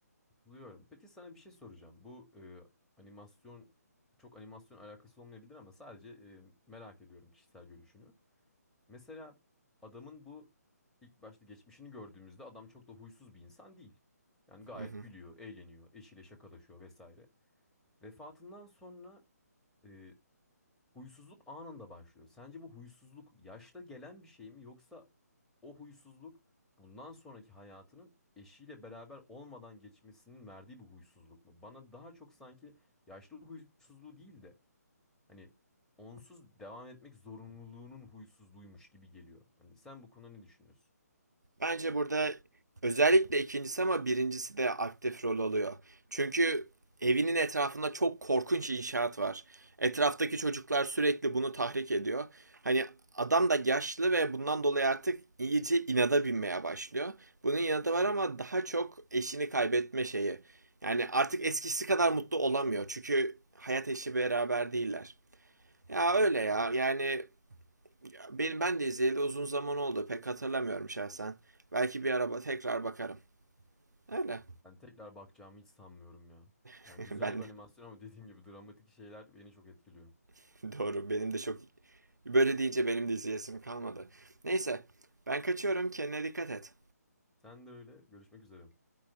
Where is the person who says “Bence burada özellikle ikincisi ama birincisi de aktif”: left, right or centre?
Right